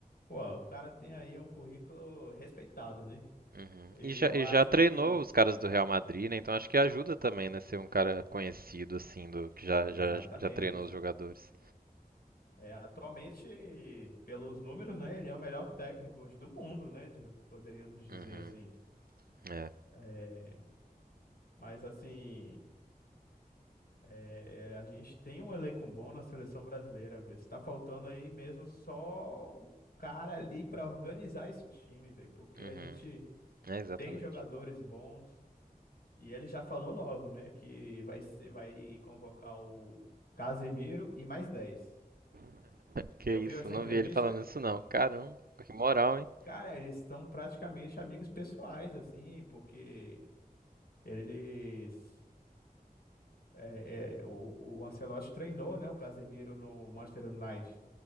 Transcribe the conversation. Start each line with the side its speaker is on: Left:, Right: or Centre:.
Left: pô, o cara tem aí um currículo respeitado, né?
Right: Uhum.
Left: E
Right: E, já,
Left: eu
Right: e
Left: acho
Right: já treinou
Left: que
Right: os caras do Real Madrid, né? Então acho que ajuda também, né? Ser um cara conhecido, assim, do que já,
Left: Exatamente.
Right: já, já treinou os jogadores.
Left: É, atualmente, pelos números, né, ele é o melhor técnico hoje do mundo, né, diga- poderíamos dizer
Right: Uhum.
Left: assim.
Right: É.
Left: É, mas assim, é, a gente tem um elenco bom na seleção brasileira. Está faltando aí mesmo só o cara ali para organizar esse time, velho, porque
Right: Uhum.
Left: a gente
Right: É, exatamente.
Left: tem jogadores bons e ele já falou logo, né, que vai ser- vai convocar o Casemiro e mais 10.
Right: Que
Left: Você ouviu
Right: isso,
Left: essa
Right: não
Left: entrevista?
Right: vi ele falando isso não. Caramba, que moral, hein?
Left: Cara, eles estão praticamente amigos pessoais, assim, porque eles. é, é, o, o Ancelotti treinou, né, o Casemiro no Manchester United.